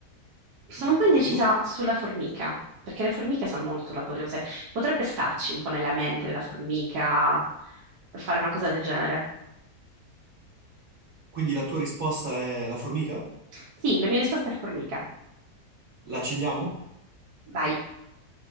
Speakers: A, on the right (about 90°); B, on the right (about 55°).
A: sono
B: d'accordo.
A: un po' indecisa sulla formica, perché le formiche sono molto laboriose. Potrebbe starci un po' nella mente la formica, fare una cosa del genere.
B: Quindi la tua risposta è la formica?
A: Sì, la mia risposta è formica.
B: La accendiamo?
A: Vai.